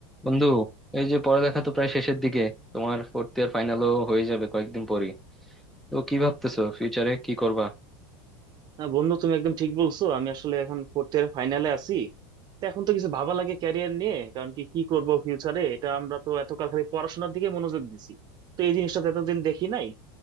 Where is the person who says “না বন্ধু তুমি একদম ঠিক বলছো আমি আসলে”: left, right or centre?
Right